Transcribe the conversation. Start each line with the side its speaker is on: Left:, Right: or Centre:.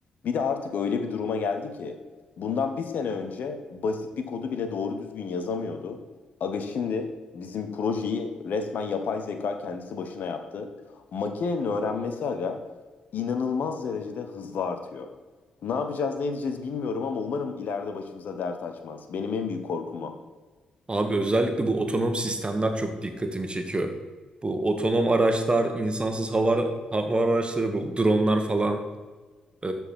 Left: Bir de artık öyle bir duruma geldi ki bundan bir sene önce basit bir kodu bile doğru düzgün yazamıyordu. Aga şimdi bizim projeyi resmen yapay zeka kendisi başına yaptı. Makinenin öğrenmesi aga inanılmaz derecede hızlı artıyor. Ne yapacağız ne edeceğiz bilmiyorum ama umarım ileride başımıza dert açmaz. Benim en büyük korkum o.
Right: Abi özellikle bu otonom sistemler çok dikkatimi çekiyor. Bu otonom araçlar, insansız hava, hava araçları, bu dronlar falan. Ee,